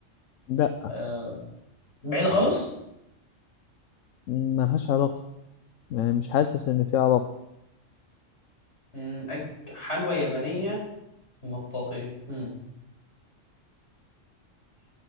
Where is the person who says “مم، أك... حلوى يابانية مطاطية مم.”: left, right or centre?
Left